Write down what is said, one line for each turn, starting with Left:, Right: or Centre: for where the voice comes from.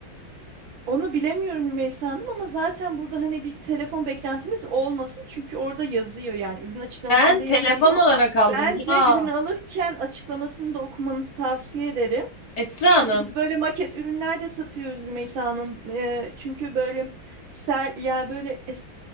Right: Onu bilemiyorum Rümeysa Hanım ama zaten burada hani bir telefon beklentiniz olmasın. Çünkü orada yazıyor yani ürün açıklamasında
Left: Ben telefon
Right: yazıyor.
Left: olarak aldım
Right: Bence
Left: ya.
Right: ürünü alırken açıklamasını da okumanızı tavsiye ederim.
Left: Esra
Right: Çünkü
Left: Hanım,
Right: biz böyle maket ürünler de satıyoruz Rümeysa Hanım. Ee, çünkü böyle ser, ya böyle es-